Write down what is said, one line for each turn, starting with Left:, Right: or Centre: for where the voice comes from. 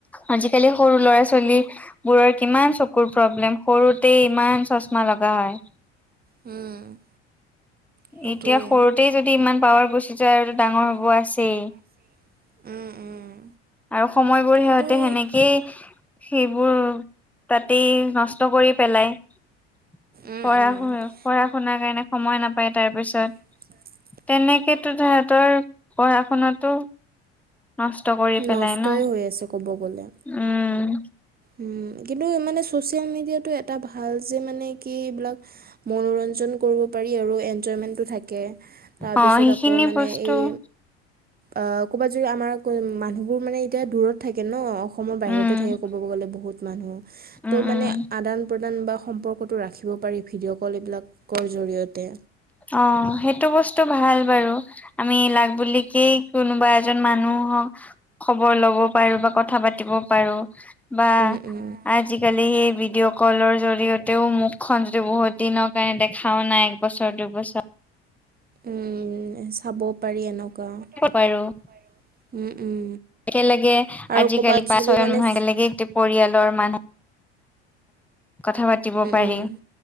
Centre: আজিকালি, সৰু ল'ৰা-ছোৱালী বোৰৰ, কিমান চকুৰ প্ৰব্লেম, সৰুতে ইমান চশমা লগা হয়।
Right: উম! সেইটোৱে।
Centre: এতিয়া, সৰুতেই যদি,
Right: সৰুতেই
Centre: ইমান পাৱাৰ
Right: যদি
Centre: গুচি
Right: ইমান
Centre: যায়
Right: পাৱাৰ
Centre: আৰু
Right: গুচি
Centre: ডাঙৰ
Right: যায় আৰু
Centre: হ'ব আছেই।
Right: আছেই। উম! উম!
Centre: আৰু সময়বোৰ,
Right: কিন্তু
Centre: সিহঁতে সেনেকেই
Right: এই
Centre: সেইবোৰ, তাতেই নষ্ট কৰি পেলায়। পঢ়া-শুনা,
Right: উম উম।
Centre: পঢ়া-শুনাৰ কাৰণে, সময় নাপায়। তাৰপিছত
Right: <inaudible>
Centre: তেনেকেতো, তাহাঁতৰ পঢ়া- শুনাটো নষ্ট কৰি পেলাই
Right: নষ্টই
Centre: ন
Right: হৈ আছে, ক'ব গ'লে।
Centre: উম!
Right: উম! কিন্তু, মানে চচিয়েল মিডিয়াটো, এটা ভাল যে, মানে কি, এইবিলাক মনোৰঞ্জন কৰিব পাৰি আৰু। এনজয়মেণ্টটো থাকে। তাৰপিছত,
Centre: অ সেইখিনি
Right: আকৌ মানে,
Centre: বস্তু
Right: এই অ'! ক'বাত যদি আমাৰ, মানুহবোৰ মানে, এতিয়া দূৰত থাকে ন'! অসমৰ বাহিৰতে
Centre: উম,
Right: থাকে। ক'বগলে বহুত মানুহ!
Centre: উম,
Right: ত'
Centre: উম,
Right: মানে, আদান- প্ৰদান বা সম্পৰ্কটো ৰাখিব পাৰি। ভিডিঅ' ক'ল, এইবিলাকৰ জৰিয়তে।
Centre: অ'! সেইটো বস্তু ভাল বাৰু। আমি, লাগ বুলিকেই কোনোবা এজন মানুহক, খবৰ ল'ব পাৰোঁ বা কথা পাতিব পাৰোঁ বা
Right: উম উম
Centre: আজিকালি, সেই ভিডিঅ' ক'লৰ জৰিয়তেও, মুখ খন যদি বহুত দিনৰ কাৰণে, দেখাও নাই একবছৰ। সেইটো অৱস্থা।
Right: উম! চাব পাৰি এনেকুৱা। উম,
Centre: পাৰোঁ
Right: উম!
Centre: একেলগে
Right: আৰু
Centre: আজিকালি
Right: কৰ'বাত
Centre: পাঁচ
Right: যদি
Centre: ছয়জন
Right: মানে
Centre: মানুহ একেলগে পৰিয়ালৰ মানুহ, কথা পাতিব পাৰি।
Right: উম উম